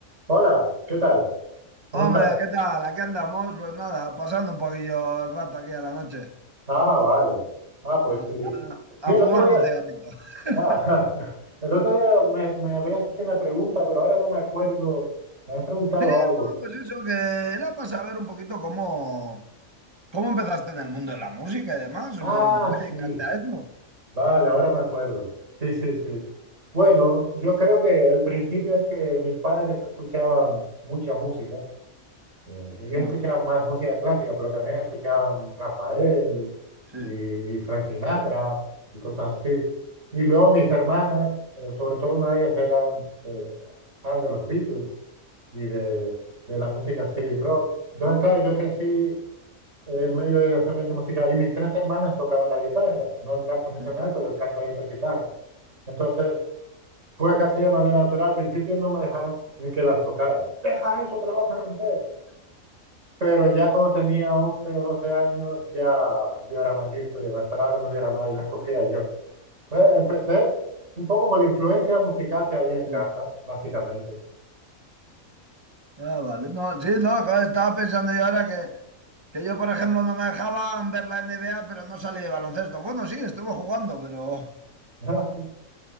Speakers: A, on the right; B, on the right.
A: Hola, ¿qué tal? ¿Cómo
B: Hombre,
A: estás?
B: ¿qué tal? Aquí andamos, pues nada, pasando un poquillo el rato aquí a la noche,
A: Ah, vale. Ah, pues
B: a,
A: sí.
B: a-
A: Sí, el
B: a fumar
A: otro día,
B: un cigarrito. <laughs>
A: ah, <laughs> el otro día me, me habías hecho una pregunta, pero ahora no me acuerdo. Me habías preguntado
B: Sí,
A: algo.
B: no, pues eso, que era para saber un poquito cómo, cómo empezaste en el mundo de la música y demás,
A: Ah,
B: por, por qué dedicaste
A: sí.
B: a eso.
A: Vale, ahora me acuerdo. Sí, sí, sí. Bueno, yo creo que el principio es que mis padres escuchaban mucha música. Eh, ellos
B: <laughs>
A: escuchaban más música clásica, pero también escuchaban Rafael
B: Sí.
A: y, y Frank Sinatra y cosas así. Y luego mis hermanas, eh, sobre todo una de ellas, eran eh, fan de los Beatles y de, de la música así, rock. Entonces, claro, yo crecí en medio de ese ambiente musical y mis tres hermanas tocaban la guitarra, no en plan profesional,
B: <laughs>
A: pero en casa había tres guitarras. Entonces, fue casi de manera natural. Al principio no me dejaban ni que las tocara. Deja eso, te la vas a romper. Pero ya cuando tenía 11 o 12 años, ya yo era más listo y me esperaba que no hubiera nadie, las cogía yo. Entonces, empecé un poco por la influencia musical que había en casa,
B: Sí.
A: básicamente.
B: Ah, vale. No, sí, no, joder, estaba pensando yo ahora que, que yo, por ejemplo, no me dejaban ver la NBA, pero no salí de baloncesto. Bueno, sí, estuve jugando, pero...
A: <laughs> Ah, sí,